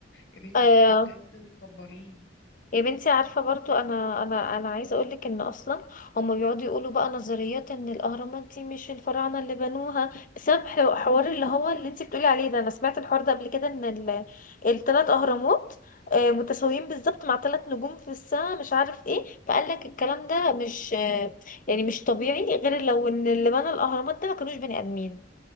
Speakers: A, on the left (about 70°); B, on the left (about 45°).
A: يا بنتي
B: امم
A: كانوا بجد مكبرين
B: يا بنتي عارفة برضو أنا أنا أنا عايزة أقولك إن أصلا هما بيقعدوا يقولوا بقى نظريات إن الأهرامات دي مش الفراعنة اللي بنوها بسبب حو- حوار اللي هو اللي انتي بتقولي عليه ده أنا سمعت الحوار ده قبل كده إن ال- التلات أهرامات آه، متساويين بالظبط مع تلات نجوم في السماء مش عارف ايه فقال لك الكلام ده مش آه، يعني مش طبيعي غير لو إن اللي بنى الأهرامات ده ما كانوش بني آدمين